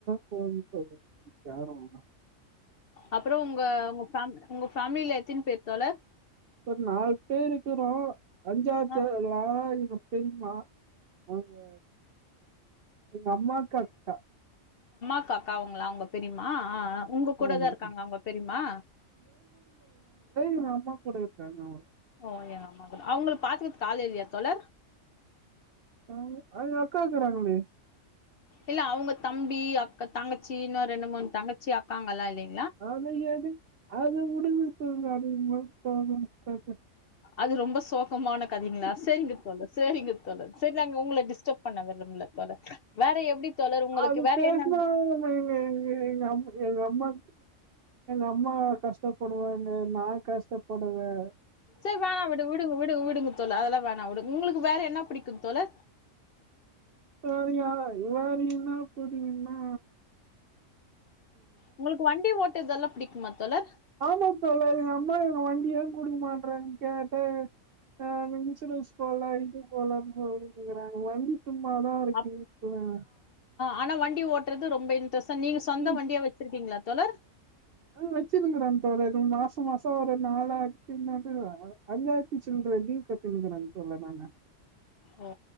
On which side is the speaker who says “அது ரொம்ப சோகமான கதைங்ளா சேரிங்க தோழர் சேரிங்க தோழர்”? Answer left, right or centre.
Left